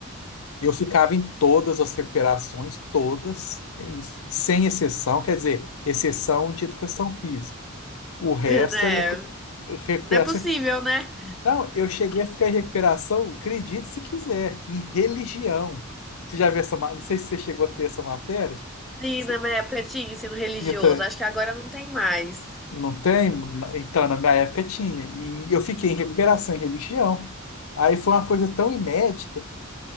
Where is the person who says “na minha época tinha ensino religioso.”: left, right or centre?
Centre